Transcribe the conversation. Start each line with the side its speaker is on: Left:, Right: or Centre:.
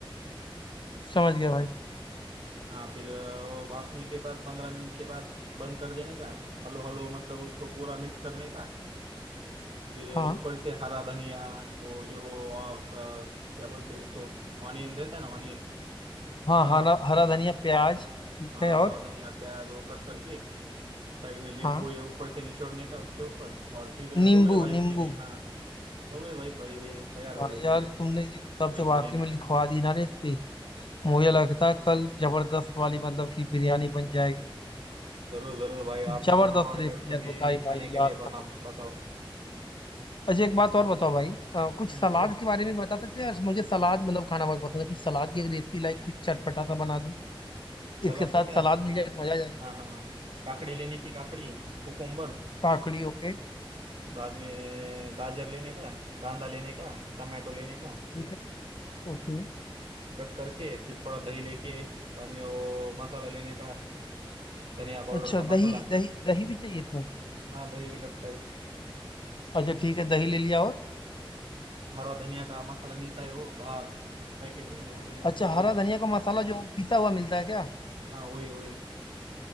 Left: समझ गया भाई
Right: हाँ फिर अ, वो भापने के बाद पंद्रह मिनट के बाद बंद कर देने का हलो हलो मतलब उसको पूरा मिक्स करने का फिर
Left: हाँ
Right: ऊपर से हरा धनिया वो जो अ, क- क्या बोलते हैं उसको ऑनियन रहता है ना ऑनियन
Left: हाँ
Right: कांदा
Left: हरा हरा धनिया प्याज ठीक
Right: हाँ
Left: है और
Right: हरा धनिया प्याज वो कट करके साइड में नींबू
Left: हाँ
Right: ये ऊपर से निचोड़ने का उसके ऊपर और फिर हो
Left: नींबू
Right: गए भाई
Left: नींबू
Right: बिरयानी हाँ हो गई भाई भाई बिरयानी तैयार हो
Left: भाई
Right: गई हमारी
Left: यार तुमने जिस हिसाब
Right: वेज
Left: से वाकई
Right: बिरयानी
Left: में लिखवा दी ना रेसिपी मुझे लगता है कल जबरदस्त वाली मतलब की बिरयानी बन जाएगी
Right: जरूर जरूर भाई आप
Left: जबरदस्त
Right: भी बनाओ और
Left: रेसिपी
Right: मेरे को
Left: यार
Right: भी
Left: बताई
Right: खाने
Left: भाई
Right: के
Left: यार
Right: लिए बनाओ
Left: कसम से।
Right: बताओ
Left: अच्छा एक बात और बताओ भाई अ, कुछ
Right: हम्म,
Left: सलाद
Right: बोलो
Left: के बारे में बता सकते हो यार मुझे सलाद मतलब खाना बहुत पसंद है कुछ सलाद की एक रेसिपी लाइक कुछ चटपटा सा बना दूं
Right: सलाद
Left: इसके साथ
Right: तो क्या
Left: सलाद मिल जाए तो मजा आ जाएगा
Right: हाँ हाँ हाँ काकड़ी लेने की काकड़ी कुकुम्बर
Left: काकड़ी ओके
Right: बाद में गाजर लेने का कांदा लेने का टमाटो लेने का
Left: ठीक है ओके
Right: कट करके फिर थोड़ा दही लेके बाद में वो मसाला लेने का धनिया पाउडर
Left: अच्छा
Right: का मसाला
Left: दही दही दही भी चाहिए इसमें
Right: हाँ दही भी लगता है
Left: अच्छा ठीक है दही ले लिया और
Right: हरा धनिया का मसाला मिलता है वो बाहर पैकेट में वो ले वो
Left: अच्छा
Right: ले
Left: हरा
Right: लो
Left: धनिया का मसाला जो पिसा हुआ मिलता है क्या
Right: हाँ वही वही